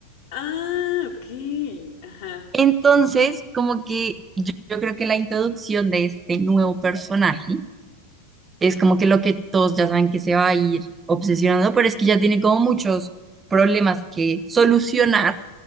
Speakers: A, on the left; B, on the right.
A: Ah, ok. Ajá.
B: Entonces, como que yo, yo creo que la introducción de este nuevo personaje es como que lo que todos ya saben que se va a ir obsesionando, pero es que ya tiene como muchos problemas que solucionar